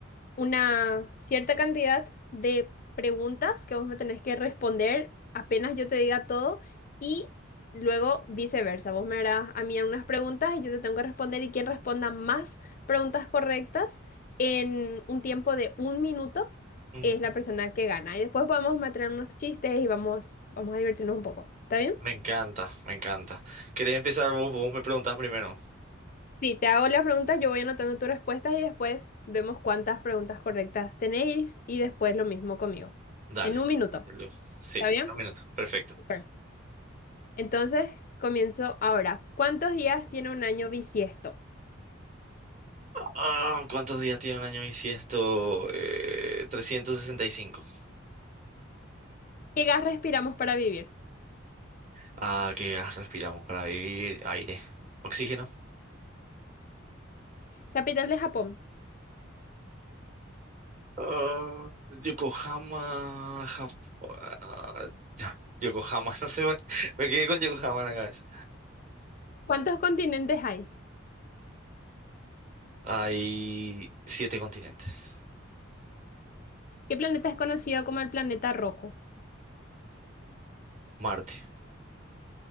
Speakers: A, on the left; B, on the right.
A: una cierta cantidad de preguntas que vos me tenés que responder apenas yo te diga todo y luego viceversa. Vos me harás a mí unas preguntas y yo te tengo que responder y quien responda más preguntas correctas en un tiempo de un minuto
B: Ujú.
A: es la persona que gana. Y después podemos meter unos chistes y vamos, vamos a divertirnos un poco. ¿Está bien?
B: Me encanta, me encanta. ¿Querés empezar vos? Vos me preguntás primero.
A: Si te hago las preguntas, yo voy anotando tus respuestas y después vemos cuántas preguntas correctas tenéis y después lo mismo conmigo.
B: Dale.
A: En un minuto,
B: Lu- Sí,
A: ¿está bien?
B: en un minuto. Perfecto.
A: Super. Entonces, comienzo ahora. ¿Cuántos días tiene un año bisiesto?
B: Ah, ¿cuántos días tiene un año bisiesto? Eh, 365.
A: ¿Qué gas respiramos para vivir?
B: Ah, ¿qué gas respiramos para vivir? Aire. Oxígeno.
A: Capital de Japón.
B: Ah, Yokohama. Jap- ah, ya, Yokohama, <laughs> no sé, me, me quedé con Yokohama en la cabeza.
A: ¿Cuántos continentes hay?
B: Hay siete continentes.
A: ¿Qué planeta es conocido como el planeta rojo?
B: Marte.